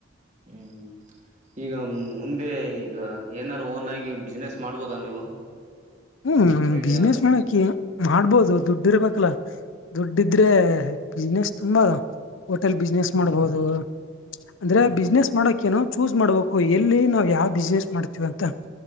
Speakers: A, on the right; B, on the left.
A: ಹ್ಮ್ ಈಗ ಒಂದೇ ಈಗ ಏನಾದಾರು ಓನ್ ಆಗಿ ಬಿಸ್ನೆಸ್ ಮಾಡ್ಬೋದ ನೀವು
B: ಹ್ಮ್
A: ಸೈಡ್
B: ಬಿಸ್ನೆಸ್
A: ಯಾವ್ದಾರ
B: ಮಾಡಕಿ ಮಾಡ್ಬೋದು ದುಡ್ಡಿ ಇರ್ಬೇಕಲ್ಲ ದುಡ್ಡ ಇದ್ರೆ ಬಿಸಿನೆಸ್ ತುಂಬಾ ಅದ ಹೋಟೆಲ್ ಬಿಸ್ನೆಸ್
A: ಹ್ಮ್
B: ಮಾಡ್ಬಹುದು ಅಂದ್ರೆ
A: ಹ್ಮ್
B: ಬಿಸ್ನೆಸ್ ಮಾಡಕ ಏನು ಚೂಸ್ ಮಾಡ್ಬೇಕು ಎಲ್ಲಿ ನಾವವು ಯಾವ ಬಿಸ್ನೆಸ್ ಮಾಡ್ತೀವ ಅಂತ